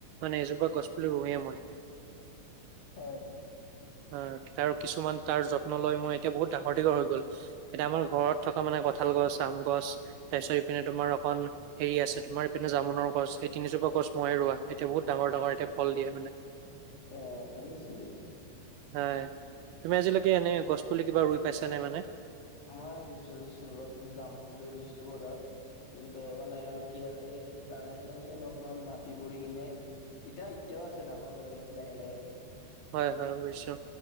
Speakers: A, on the right (about 85°); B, on the left (about 55°).
A: মানে এজোপা গছপুলি ৰুওয়েই মই।
B: হয়
A: আহ তাৰ কিছুমান তাৰ যত্ন লৈ মই এতিয়া বহুত ডাঙৰ দীঘল হৈ গ'ল। এতিয়া আমাৰ ঘৰত থকা মানে কঁঠাল গছ আম গছ তাৰ পিছত ইপিনে তোমাৰ। অকল হেৰি আছে তোমাৰ। এনে জামুনৰ গছ এই তিনিজোপা গছ মই ৰোৱা এয়া বহুত ডাঙৰ ডাঙৰ এয়াল দিয়ে মানে।
B: অ ভালে চোন।
A: হয়। তুমি আজিলৈকে এনে গছ পুলি কিবা ৰুই পাইছ নে মানে।
B: মই ৰুইছো ইছ গছপুলি জামৰ বুলি ৰুইছিলো ঘৰত। কিন্তু মানে আৰু কি আৰু এই জানে অলপমান মাটি বোৰি কিনে এতিয়া এতিয়াও আছে ডাঙৰ হৈ আছে লাহে লাহে।
A: হয় হয় বুজিছোঁ।